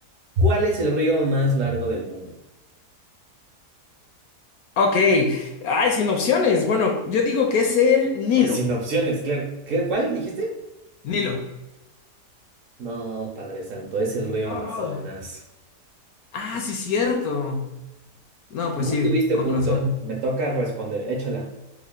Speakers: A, on the right; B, on the left.
A: ¿Cuál es el río más largo del mundo?
B: Ok. Ay, sin opciones. Bueno, yo digo que es el Nilo.
A: Pues sin opciones, claro. ¿Qué, cuál dijiste?
B: Nilo.
A: No, Padre Santo, es el río
B: Ay.
A: Amazonas.
B: Ah, sí, cierto. No, pues
A: No
B: sí,
A: tuviste
B: con
A: punto.
B: razón.
A: Me toca responder. Échala.